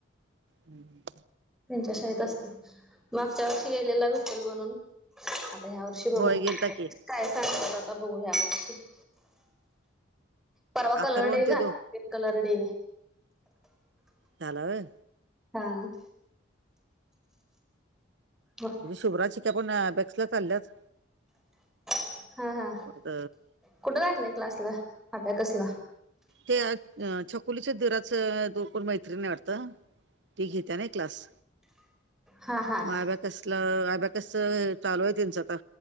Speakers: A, on the right; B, in the centre.
A: हम्
B: त्यांच्या शायेत असते मागच्या वर्षी गेलेला विठ्ठल बनून या वर्षी बघू
A: होय गेलता
B: काय
A: की
B: सांगतात आता बघू या वर्षी परवा
A: अथर्वण
B: कलर डे झाला
A: ते दो
B: प कलर डे
A: ह्या व्हाय
B: हा हा
A: म्हणे शुवराज शिका पण बेक्सला चालल्यात
B: हा हा
A: परत
B: कुठं राातलंय क्लासला आता कसला
A: ते छकोलीच्या दधराच दुरर मैत्रीिणी वाटत तीघी त्या नाही क्लास.
B: हा हा
A: मग आब्या कसला आब्याकस चालू आहे त्यांचं आता